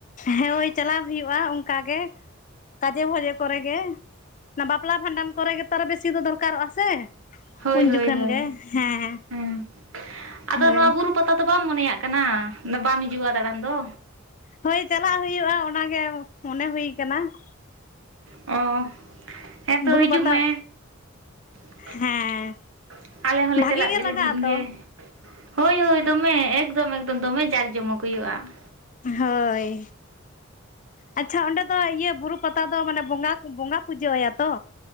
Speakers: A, on the left (about 40°); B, on the right (about 75°).
A: ᱦᱮᱸ, ᱦᱳᱭ! ᱪᱟᱞᱟᱣ ᱦᱩᱭᱩᱜᱼᱟ ᱾ ᱚᱱᱠᱟ ᱜᱮ, ᱠᱟᱡᱮ ᱵᱷᱚᱡᱮ, ᱠᱚᱨᱮ ᱜᱮ ᱾ ᱚᱱᱟ, ᱵᱟᱯᱞᱟ ᱵᱷᱟᱸᱰᱟᱱ ᱠᱚᱨᱮ ᱜᱮ ᱛᱚ, ᱟᱨᱚ ᱵᱮᱥᱤ ᱫᱚ,, ᱫᱚᱨᱠᱟᱨᱚᱜᱼᱟ ᱥᱮ ᱾
B: ᱦᱳᱭ
A: ᱩᱱ
B: ᱦᱳᱭ
A: ᱡᱚᱠᱷᱚᱱ
B: ᱦᱳᱭ
A: ᱜᱮ, ᱦᱮᱸ,
B: ᱦᱮᱸ ᱟᱫᱚ
A: ᱦᱳᱭ
B: ᱱᱚᱣᱟ
A: ᱾
B: ᱵᱩᱨᱩ ᱯᱟᱛᱟ ᱫᱚ, ᱵᱟᱢ ᱢᱚᱱᱮᱭᱟᱜ ᱠᱟᱱᱟ ᱾ ᱵᱟᱢ ᱦᱤᱡᱩᱜᱼᱟ, ᱫᱟᱬᱟᱱ ᱫᱚ?
A: ᱦᱳᱭ, ᱪᱟᱞᱟᱜ ᱦᱩᱭᱩᱜᱼᱟ, ᱚᱱᱟ ᱜᱮ ᱢᱚᱱᱮ, ᱦᱩᱭ ᱟᱠᱟᱱᱟ ᱾
B: ᱚᱦ, ᱦᱮᱸᱛᱚ,
A: ᱵᱩᱨᱩ
B: ᱦᱤᱡᱩᱜ
A: ᱯᱟᱛᱟ
B: ᱢᱮ ᱾
A: ᱦᱮᱸ
B: ᱟᱞᱮ ᱦᱚᱸ ᱞᱮ,
A: ᱵᱷᱟᱜᱤ
B: ᱪᱟᱞᱟᱜ ᱜᱮ,
A: ᱞᱟᱜᱟᱜ
B: ᱞᱟᱹᱜᱤᱫ
A: ᱟᱛᱚ
B: ᱜᱮ ᱾ ᱦᱳᱭ ᱦᱳᱭ, ᱫᱚᱢᱮ, ᱮᱠᱫᱚᱢ ᱮᱠᱫᱚᱢ ᱫᱚᱢᱮ, ᱡᱟᱠ ᱡᱚᱢᱚᱠ ᱦᱩᱭᱩᱜᱼᱟ ᱾
A: ᱦᱳᱭ ᱾ ᱟᱪᱪᱷᱟ ᱾ ᱚᱸᱰᱮ ᱫᱚ, ᱤᱭᱟᱹ ᱵᱩᱨᱩ ᱯᱟᱛᱟ ᱫᱚ, ᱢᱟᱱᱮ ᱵᱚᱸᱜᱟ, ᱵᱚᱸᱜᱟ ᱯᱩᱡᱟᱹ ᱟᱭᱟ ᱛᱚ?